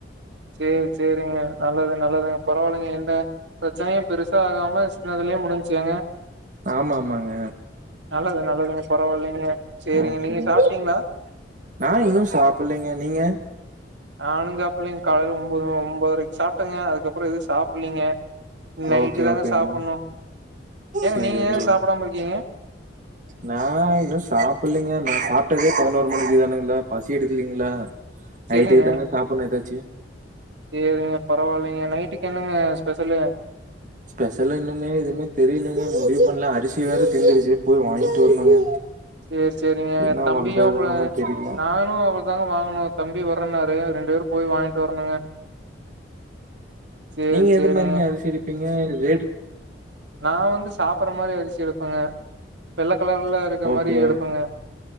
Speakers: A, on the right; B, on the right.
A: சேரி சேரிங்க நல்லது நல்லதுங்க பரவாயில்லைங் என்ன பிரச்சனைய பெருசாகாம சின்னதுலயே முடிஞ்சு ஏங்க
B: ஆம் ஆமாங்க
A: நல்லது நல்லதுங்க பரவாயில்லைங்க சேரிங்க
B: ஓகேங்
A: நீங்க சாப்ட்டீங்களா
B: ஒகேங் நா இன்னு சாப்படலைங்க நீங்க
A: நானு சாப்பிலைங் காலைல் ஒம்போது ஒம்போதரைக் சாப்ட்ங்க அதுக்கப் புறோ எது சாப்பிலைங்க நைட்டு
B: ஓகே
A: தாங்க
B: ஓகேங்க.
A: சாப்படுணு ஏங்க
B: சேரி
A: நீங்க ஏ சாப்டாம
B: ஓ
A: இருக்கீங்க
B: நா இன்னு சாப்பிடலைங்க நா சாப்டதே பதினோரு மணிக்கு தானேங்களா பசி எடுக்கலீங்களா
A: செரிங்க
B: நைட்டுக்கு தாங்க சாப்பிடணு ஏதாச்சி
A: சேரிங்க பரவாயில்லைங்க நைட்டுக்கு என்னங்க ஸ்பெஷலு
B: ஸ்பெஷல் இன்னுமே எதுமே தெரியலீங்க முடிவு பண்ல அரிசி வேற தீந்துருச்சு போயி வாங்ட்டு வரணுங்க
A: சேரி சேரிங்க
B: என்ன
A: தம்பியு
B: பண்றது
A: அப்பள
B: ஒன்னு தெரில
A: நானு தாங்க வாங்கணு தம்பி வரேனாரு ரெண்டு பேரும் போயி வாங்ட்டு வரணுங்க சேரி
B: நீங்க எந்த
A: சேரிங்க
B: மாரிங்க அரிசி எடுப்பீங்க ரேட்
A: நா வந்து சாப்பற மாரி அரிசி எடுப்பங்க வெள்ள கலர்ல இருக்க
B: ஓகே
A: மாரி எடுப்பங்க
B: ஓகே